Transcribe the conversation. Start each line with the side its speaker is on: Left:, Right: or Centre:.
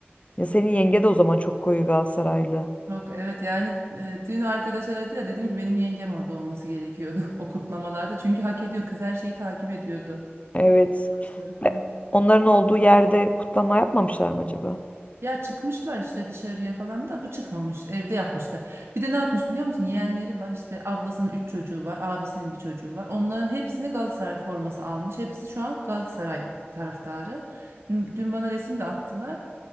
Left: Ya senin yenge de o zaman çok koyu Galatasaraylı.
Right: <laughs> Çok evet yani e, dün arkadaş aradı ya dedim ki benim yengem orada olması gerekiyordu <laughs> o kutlamalarda. Çünkü hak ediyor. Kız her şeyi takip ediyordu.
Left: Evet.
Right: Maçları falan.
Left: Ve Onların olduğu yerde kutlama yapmamışlar mı acaba?
Right: Ya çıkmışlar işte dışarıya falan da bu çıkmamış. Evde yapmışlar. Bir de ne yapmış biliyor musun? Yeğenleri var işte ablasının 3 çocuğu var. Abisinin bir çocuğu var. Onların hepsini Galatasaray forması almış. Hepsi şu an Galatasaray taraftarı. Dün, dün bana resim de attılar.